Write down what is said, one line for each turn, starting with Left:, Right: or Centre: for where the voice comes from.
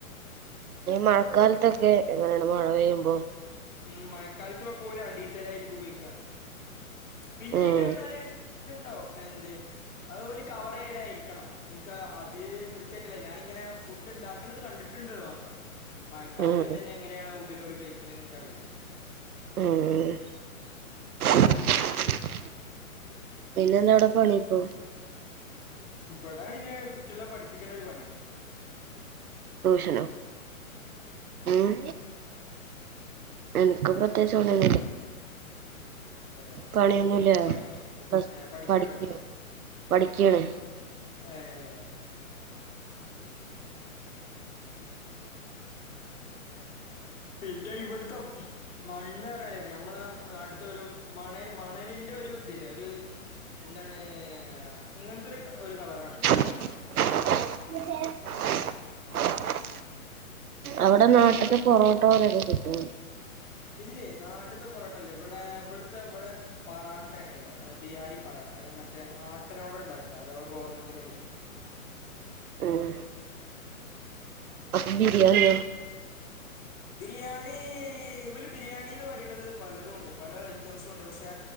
Right: മഴക്കാലത്തൊക്കെ എങ്ങനെയാണ്? മഴ പെയ്യുമ്പോ?
Left: ഉം മഴക്കാലത്ത് ഇപ്പോ പോല അടിയത്ത നിലായിക്ക ഉപയോഗിക്കാ പിന്നെ
Right: ഉം
Left: ഇത് പറഞ്ഞാല് ഇത് ണ്ടോ? എന്ത് അതുപോലെ കവർ ചെയലായിരിക്കണം നിങ്ങക്ക് അത് കൃത്യമായിട്ടില്ല ഞാനിങ്ങനെ ഫുഡ് ഉണ്ടാക്കുന്നത് കണ്ടിട്ടുണ്ടന്ന് മാത്രം മഴക്കാലത്ത്
Right: ഉം
Left: പിന്നെ എങ്ങനെയാണ് ഉപയോഗിക്ക എന്ന് എനക്കറിയില്ല
Right: ഉം <unintelligible> പിന്നെ എന്താ അവിടെ പണി ഇപ്പോ?
Left: ഇവിടെ ഇനി കുട്ടികളെ പഠിപ്പിക്കുന്ന ഒരു പണിയാ
Right: ട്യൂഷനോ? ഉം? എനക്ക് പ്രത്യേകച്ച് ഒന്നുല്ല.
Left: ഏഹ്
Right: പണിയൊന്നുല്ല
Left: പഠിക്കും
Right: പ്ലസ്
Left: ഏഹ് പഠിക്കുണുണ്ടോ
Right: പഠിക്ക പഠിക്കാണ്
Left: ഏഹ് ഇന്റെ ഇവിടുത്തം മണ്ണ് പറഞ്ഞാലേ നമ്മളെ നാട്ടിത്തോരു മണൽ മണലിന്റെ ഒരു ഇതിലേ ഒരു എന്താണ് അങ്ങനത്തൊരു ഒരു കളറാണ്
Right: <inaudible>
Left: <inaudible>
Right: അവിടെ നാട്ടിത്തെ പൊറോട്ടോ പോലെയൊക്കെ കിട്ടോ
Left: ഇല്ലേ നാട്ടിത്തെ പൊറോട്ടയില്ല ഇവിടെ ഇവിടുത്തെ ഇവിടെ പറാട്ടയാണുള്ളത് അത് ബിഹാരി പറാട്ട അത് മറ്റേ ആട്ടനോട് ഉണ്ടാക്കുക അഥവാ ഗോതമ്പിനോട്
Right: ഉം അപ്പൊ ബിരിയാണിയോ
Left: ബിരിയാണി ഇവല് ബിരിയാണിന്ന് പറയണത് പലതുമുണ്ട് പല ഐറ്റംസുമുണ്ട് പക്ഷെ